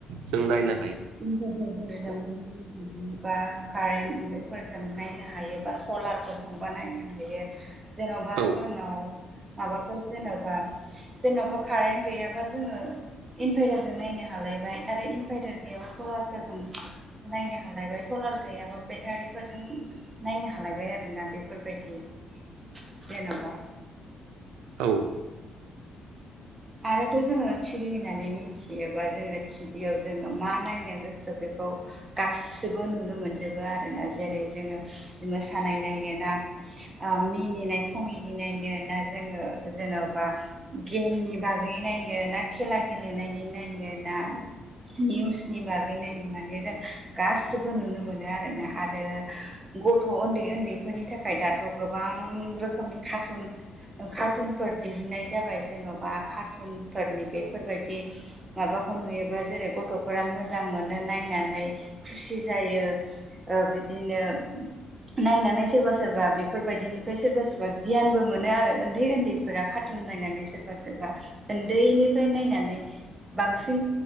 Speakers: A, on the right; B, on the right.
A: जों नायना
B: इनभारटारफोरजोंनो बा कारेन्ट फोरजों जों नायनो हायो बा सलारफोरजोंबो नायनो हायो जेन'बा
A: औ
B: जोंनाव माबाफोर जेन'बा जेनेबा कारेन्ट गैयाबा जोङो इनभारटारजों नायनो हालााय बाय आरो इनभारटार गैयाबा सलार फोरजों नायनो हालायबाय सलार गैयाबा बेटारिफोरजों नायनो हालाय हालायबाय आरोना बेफोरबायदि जेन'बा
A: औ
B: आरोथ' जोङो टि भि होननानै मिथियोबा जोङो टि भियाव जोङो मा नायनो गोसो बे खौ गासिबो नुनो मोनजोबो आरोना जेरै जोङो मोसानाय नायनो ना ओ मिनिनाय कमेडनायनो ना जोङो जेन'बा गेमनि माब्रै नायनो ना खेला गेलेनायनि नायनो ना निउसनि बागै नायनो माने जों गाससिबो नुनो मोनो आरोना आरो गथ' उन्दै उन्दैफोरनि थाखाय दाथ' गोबां रोखोमनि कार्टुन कार्टुनफोर दिहुननाय जाबाय जेन'ब बा कार्टुनफोरनि बेफोरबायाददि माबाखौ नुयोब्लाा जेरै गथ'फोरा मोजां मोनो नायनानै खुसि जायो ओ बिदिनो नायनानै सोरबा सोरबा बेफोरबायदिनिफ्राय सोरबा सोरबा गियानबो मोनो आरो उन्दै उन्दैफोरा खार्टुन नायनानै सोरबा बा उन्दैनिफ्राय नायनानै बांसिन